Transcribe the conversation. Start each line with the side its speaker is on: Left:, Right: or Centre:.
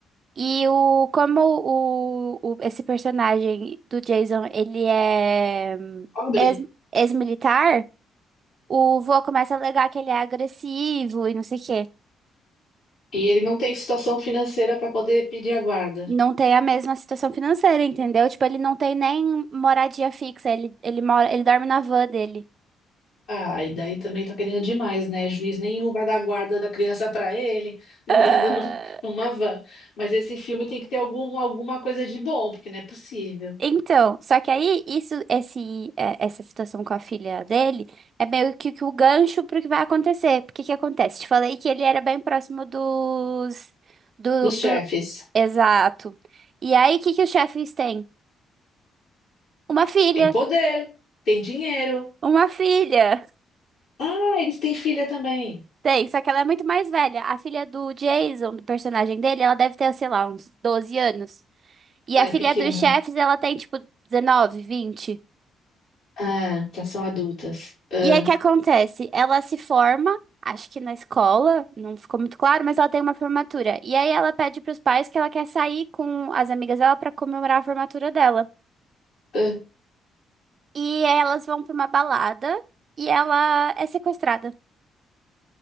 Right: E o, como o, o, esse personagem do Jason, ele é
Left: pobre.
Right: ex, ex-militar, o vô começa a alegar que ele é agressivo e não sei o quê.
Left: E ele não tem situação financeira para poder pedir a guarda.
Right: Não tem a mesma situação financeira, entendeu? Tipo, ele não tem nem moradia fixa, ele, ele mora, ele dorme na van dele.
Left: Ah, e daí também tá querendo demais, né? Juiz nenhum vai dar guarda da criança para ele, <laughs> morando
Right: <laughs>
Left: num- numa van. Mas esse filme tem que ter algum, alguma coisa de bom, porque não é possível.
Right: Então, só que aí isso, esse, é, essa situação com a filha dele é meio que, que o gancho pro que vai acontecer. Porque que acontece? Te falei que ele era bem próximo dos, do,
Left: Dos
Right: do-
Left: chefes.
Right: exato. E aí, o que que os chefes têm? Uma filha,
Left: Tem poder, tem dinheiro.
Right: uma filha. <laughs>
Left: Ah, eles têm filha também.
Right: Tem, só que ela é muito mais velha. A filha do Jason, do personagem dele, ela deve ter, sei lá, uns 12 anos. E
Left: Ah,
Right: a
Left: é
Right: filha
Left: pequena.
Right: dos chefes, ela tem tipo 19, 20.
Left: Ah, já são adultas. Ah,
Right: E aí, o que acontece? Ela se forma, acho que na escola, não ficou muito claro, mas ela tem uma formatura. E aí, ela pede para os pais que ela quer sair com as amigas dela para comemorar a formatura dela.
Left: ah.
Right: E elas vão para uma balada e ela é sequestrada.